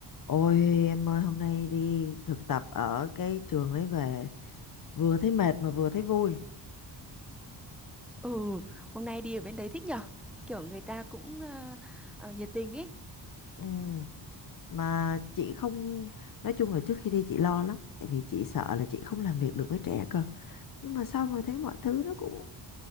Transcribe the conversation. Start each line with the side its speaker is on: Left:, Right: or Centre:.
Left: Ôi em ơi hôm nay đi thực tập ở cái trường đấy về vừa thấy mệt mà vừa thấy vui
Centre: Ừ, hôm nay đi ở bên đấy thích nhở? Kiểu người ta cũng ờ, ờ, nhiệt tình ấy.
Left: ừ. Mà chị không nói chung là trước khi đi chị lo lắm tại vì chị sợ là chị không làm việc được với trẻ cơ nhưng mà sau mà thấy mọi thứ nó cũng